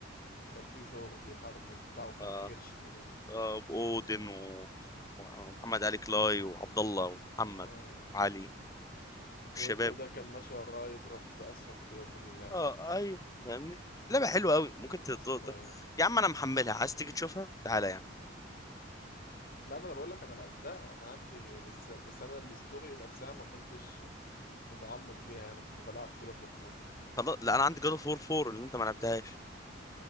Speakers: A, on the left; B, on the left.
A: كان فيه ثور بيحاربه وبتاع وكان
B: آه
A: بكرش كده
B: آه واودن و- ومحمد علي كلاي وعبد الله ومحمد
A: اه
B: علي والشباب
A: وابنه ده كان ماشي وراه يضرب في اسهم كده طول اللعب
B: اه ايوه فاهمني لعبه حلوه قوي ممكن
A: ابن
B: تدور
A: الصغير
B: ده يا عم انا محملها عايز تيجي تشوفها تعالى يا عم
A: لا ما انا بقول لك انا لعبتها انا عندي بس بس انا الاستوري نفسها ما كنتش متعمق فيها يعني كنت بلعب كده فور فن
B: خلاص لا انا عندي جاد اوف وور 4 اللي انت ما لعبتهاش